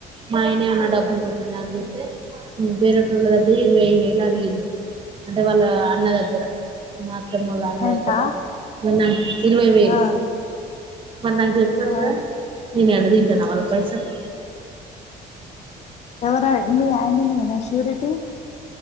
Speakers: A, on the right; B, on the left.
A: మా ఆయనే ఉన్న డబ్బులు కొట్టిన అని చూస్తే బేరేటూళ్ళ దగ్గర వెయ్యి వేలు అడిగిళ్ళు అంటే వాళ్ళ అన్న దగ్గర మా త్తమలాన్న
B: ఏంటా
A: దగ్గర మ ఇరవై వేలు
B: ఆ
A: మరి నాకు చెప్పొచ్చుగా
B: ఆ
A: తిను అన్న తింటన వాళ పైసలు
B: ఎవరా మీ ఆయననేనా శిూరిటి